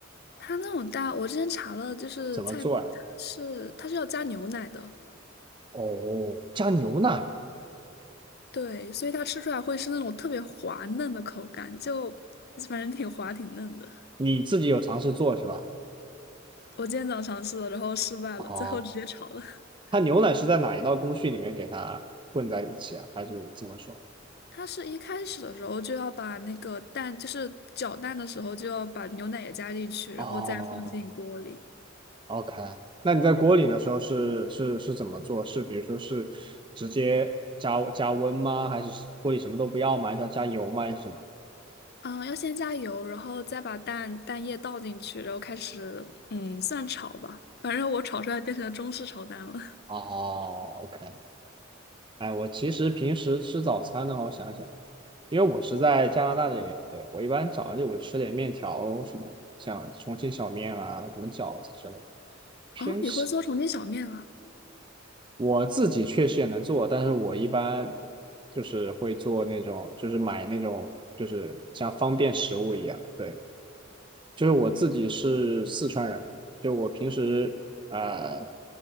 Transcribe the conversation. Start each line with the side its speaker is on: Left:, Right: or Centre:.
Left: 它那种蛋，我之前查了，就是菜谱，
Right: 怎么做啊？
Left: 它是它是要加牛奶的，
Right: 哦，加牛奶，
Left: 对，所以它吃出来会是那种特别滑嫩的口感，就反正挺滑挺嫩的。
Right: 你自己有尝试做是吧？
Left: 我今天早上尝试了，然后失败了，
Right: 哦，
Left: 最后直接炒了。<laughs>
Right: 它牛奶是在哪一道工序里面给它混在一起啊？还是怎么说？
Left: 它是一开始的时候就要把那个蛋，就是搅蛋的时候就要把牛奶也加进去，然后再放进锅里。
Right: 哦。OK，那你在锅里的时候是是是怎么做？是比如说是直接加加温吗？还是锅里什么都不要吗？还是要加油吗？还是什么？
Left: 嗯，要先加油，然后再把蛋蛋液倒进去，然后开始嗯算炒吧。反正我炒出来变成了中式炒蛋了。
Right: 哦，OK，哎，我其实平时吃早餐的话，我想想，因为我是在加拿大这边，对，我一般早上就我吃点面条什么，像重庆小面啊，什么饺子之类的，
Left: <laughs>
Right: 偏西。
Left: 哦，你会做重庆小面啊？
Right: 我自己确实也能做，但是我一般就是会做那种，就是买那种，就是像方便食物一样，对。就是我自己是四川人嘛，就我平时呃，